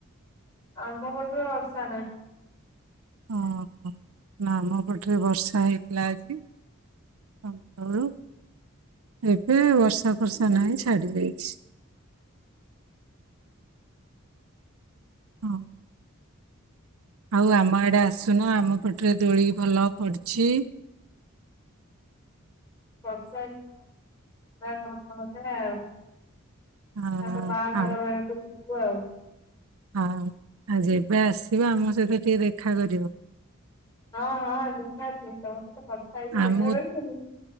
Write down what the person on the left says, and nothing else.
ଆମ୍ବ ପଠର ବର୍ଷା ନାଇ।
ବର୍ଷା <unintelligible>
ତାଙ୍କ ବାହାଘର
ବେଳକୁ ଯିବୁ ଆଉ।
ହଁ ହଁ ନିହାତି ତମକୁ ତ କଥା ହେଇଛି
ଦେଖା କରିବିନି।